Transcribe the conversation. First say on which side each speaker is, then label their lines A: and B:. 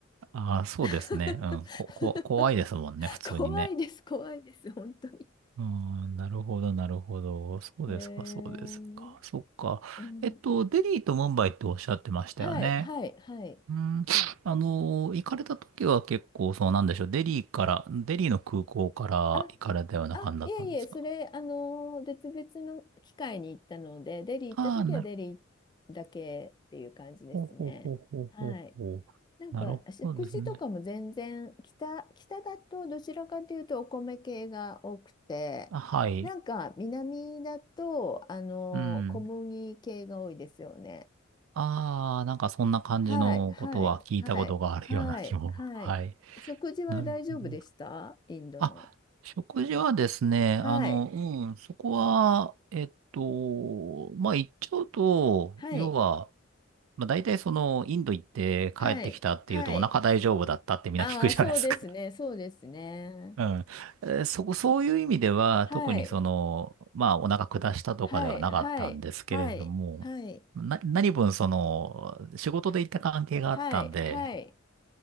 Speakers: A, on the right; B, on the left.
A: ああ、そうですね。
B: <laughs>
A: うん。こ、こ、怖いですもんね、普通にね。
B: 怖いです、怖いです、本当に。
A: うん、なるほど、なるほど。そうですか、
B: えー、
A: そうですか。そっか。
B: うん、
A: えっと、デリーとムンバイっておっしゃってましたよね。
B: はい、はい、はい。
A: うん、あの、行かれた時は結構、そうなんでしょう。デリーから、デリーの空港から行かれたような感じだったんですか
B: あ、あ、いえいえ、それ、あのー、別々の機会に行ったので、デリー行った時はデリ
A: ああなる
B: ーだけっていう感じですね。
A: ほど。ほうほうほうほうほうほう。
B: はい。なんか、
A: なるほどですね。
B: 食事とかも全然、北、北だとどちらかというとお米系が多くて、
A: あ、はい。
B: なんか南だと、あのー、
A: うん。
B: 小麦系が多いですよね。
A: ああ、なんかそんな感じのことは聞いたことがあるような気も。
B: はい、はい、はい、はい、はい。
A: <laughs> はい。
B: 食事は大丈夫でしたインドの。
A: なるほど。あ、食事はですね、
B: はい、
A: あの、うん、そこは、えっと、まあ、言っちゃうと、
B: はい。
A: 要は、まあ、大体その、インド行って帰ってきたっていうとお腹大丈夫だったってみんな聞くじゃないですか。
B: はい。はい。ああ、そうですね。
A: <laughs>
B: そうですね。
A: うん。えーそこ、そういう意味では、
B: はい。
A: 特にその、まあ、お腹下したとかではなかったんですけれども、
B: はい。はい。はい。はい。
A: な、何分その、仕事で行った関係があったんで、
B: はい。はい。